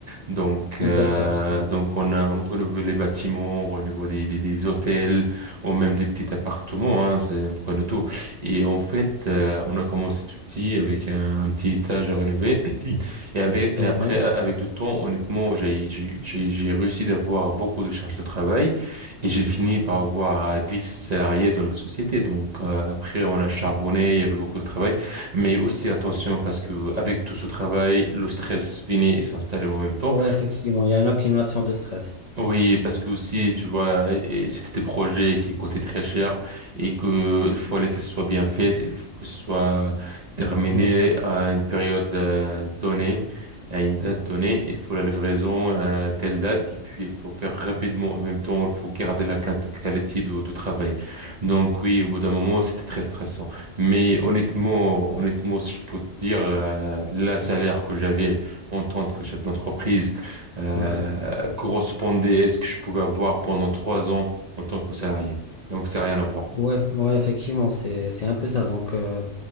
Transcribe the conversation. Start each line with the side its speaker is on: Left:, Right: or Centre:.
Right: Donc, euh,
Left: d'accord.
Right: donc on a, on renouvelle les bâtiments, on renouvelle des, des, des hôtels, ou même des petits appartements, hein, c'est, on prenne tout. Et en fait, euh, on a commencé tout petit avec un, un petit étage à rénover. <clears throat> Et, avec, et
Left: Ouais,
Right: après, a- avec du temps, honnêtement, j'ai, j'ai, j'ai j'ai réussi d'avoir beaucoup de charges de travail et j'ai fini par avoir euh, 10 salariés dans la société. Donc, euh, après, on a charbonné, il y avait beaucoup de travail. Mais aussi attention parce que avec tout ce travail, le stress venait et s'installait en même temps.
Left: ouais, effectivement, il y a une accumulation de stress.
Right: Oui, parce que aussi, tu vois, et- et c'était des projets qui coûtaient très cher et que il fallait que ce soit bien fait, il faut que ce soit terminé
Left: Ouais,
Right: à une période euh, donnée, à une date donnée, il faut la livraison à telle date et puis il faut faire rapidement. En même temps, il faut garder la quinte- qualité de, de travail. Donc oui, au bout d'un moment, c'était très stressant. Mais honnêtement, honnêtement, si je peux te dire, euh, le salaire que j'avais en tant que chef d'entreprise euh,
Left: ouais,
Right: correspondait à ce que je pouvais avoir pendant trois ans en tant que salarié. Donc, c'est rien à voir.
Left: ouais, ouais, effectivement, c'est, c'est un peu ça. Donc, euh,